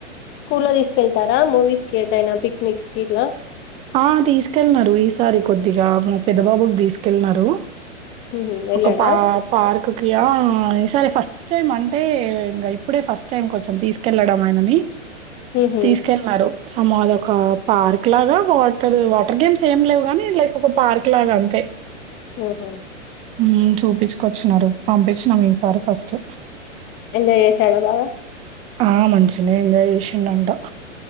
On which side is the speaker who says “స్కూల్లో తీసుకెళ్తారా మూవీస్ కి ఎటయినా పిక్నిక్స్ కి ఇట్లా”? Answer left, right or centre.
Left